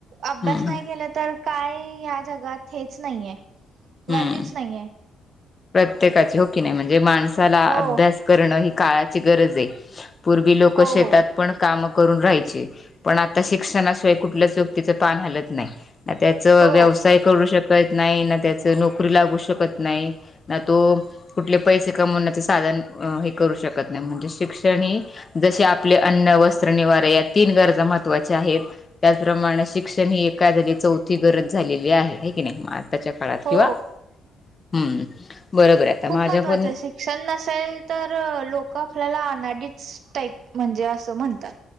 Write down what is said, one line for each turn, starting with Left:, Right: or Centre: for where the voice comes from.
Right: अभ्यास
Left: हम्म
Right: नाही केला तर तर काय ह्या जगात हेच नाहीये, व्हॅल्यूच
Left: हम्म
Right: नाहीये.
Left: प्रत्येकाची हो की नाही, म्हणजे माणसाला
Right: हो
Left: अभ्यास करणं ही काळाची गरज आहे. पूर्वी लोक
Right: हो
Left: शेतात
Right: हो
Left: पण काम करून राहायची. पण आता शिक्षणाशिवाय कुठल्याच व्यक्तीच पान हलत नाही. ना त्याचं
Right: हो
Left: व्यवसाय करू शकत नाही, ना त्याचं नोकरी लागू शकत नाही. ना तो कुठले पैसे कमवण्याचे साधन हे करू शकत नाही. म्हणजे शिक्षण ही जसे आपले अन्न वस्त्र निवारा या तीन गरजा महत्त्वाच्या आहेत. त्याचप्रमाणे शिक्षण ही एका जागी चौथी गरज झालेली आहे, की नाही आताच्या काळात
Right: हो.
Left: किंवा हम्म. बरोबर आहे आता
Right: खूप
Left: माझ्या
Right: महत्वाचय
Left: पण
Right: शिक शिक्षण नसेल तर लोक, आपल्याला अडानी टाईप म्हणजे असं म्हणतात.